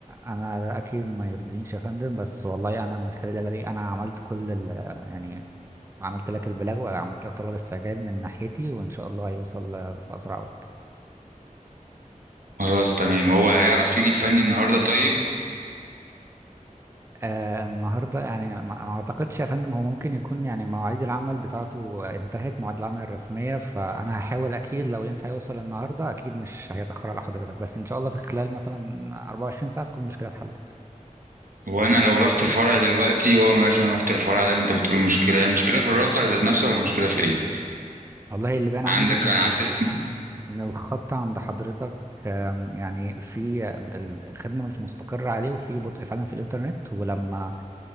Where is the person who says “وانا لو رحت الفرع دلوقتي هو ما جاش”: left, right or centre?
Right